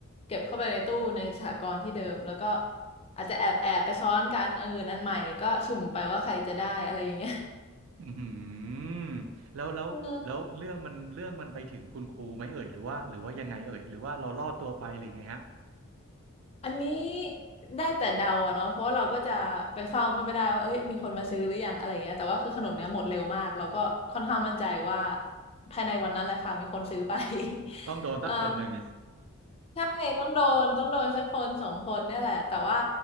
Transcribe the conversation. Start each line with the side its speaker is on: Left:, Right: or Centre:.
Left: เก็บเข้าไปในตู้ในสหกรณ์ที่เดิมแล้วก็อาจจะแอบแอบไปซ้อนกันอันอื่นอันใหม่ก็สุ่มไปว่าใครจะได้อะไรอย่างเงี้ย
Right: อืมแล้วแล้วแล้วเรื่องมันเรื่องมันไปถึงคุณครูไหมเอ่ยหรือว่าหรือว่ายังไงเอ่ยหรือว่าเราลอดตัวไปหรือไงฮะ
Left: <laughs> อืมอันนี้ได้แต่เดาอะเนาะเพราะว่าเราก็จะไปเฝ้าก็ไม่ได้ว่าเอ้ยมีคนมาซื้อหรือยังอะไรอย่างเงี้ยแต่ว่าคือขนมเนี้ยหมดเร็วมากเราก็ค่อนข้างมั่นใจว่าภายในวันนั้นแหละค่ะมีคนซื้อไป <laughs>
Right: ต้องโดนสักคนหนึ่ง
Left: เออ ใช่ต้องโดนต้องโดนสักคนสองคนเนี่ยแหละแต่ว่า